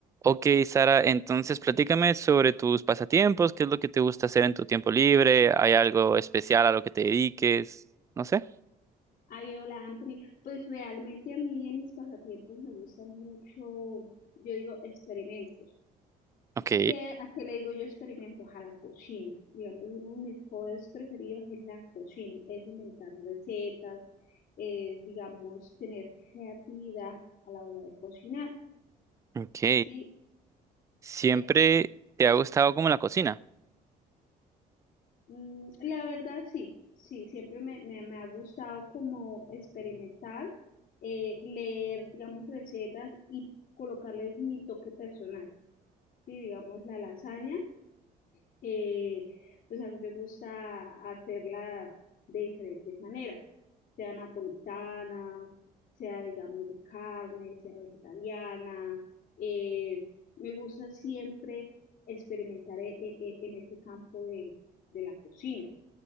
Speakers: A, on the right; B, on the left.
A: Ok, Sara, entonces platícame sobre tus pasatiempos, qué es lo que te gusta hacer en tu tiempo libre, ¿hay algo especial a lo que te dediques? No sé.
B: Ay, hola Anthony, pues realmente a mí en mis pasatiempos me gusta mucho, yo digo experimentos.
A: Ok,
B: ¿Qué, ¿A qué le digo yo experimentos? A la cocina. Digamos, uno de mis hobbies preferidos es la cocina, es inventar recetas, eh, digamos, tener creatividad a la hora de cocinar.
A: ok.
B: Sí,
A: Siempre
B: Eh,
A: te ha gustado como la cocina.
B: mm, la verdad sí, sí, siempre me, me, me ha gustado como experimentar, eh, leer, digamos, recetas y colocarles mi toque personal. sí, digamos la lasaña, eh, pues a mí me gusta hacerla de diferentes maneras, sea napolitana, sea digamos de carne, sea vegetariana, eh, me gusta siempre experimentar e- e- e- en ese campo de, de la cocina.